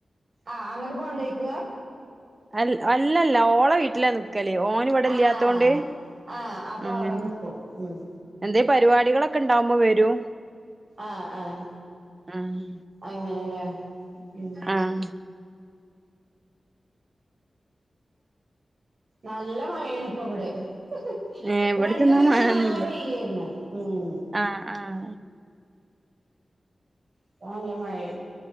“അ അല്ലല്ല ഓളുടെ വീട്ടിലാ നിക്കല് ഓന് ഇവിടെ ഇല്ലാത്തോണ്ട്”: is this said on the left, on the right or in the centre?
Right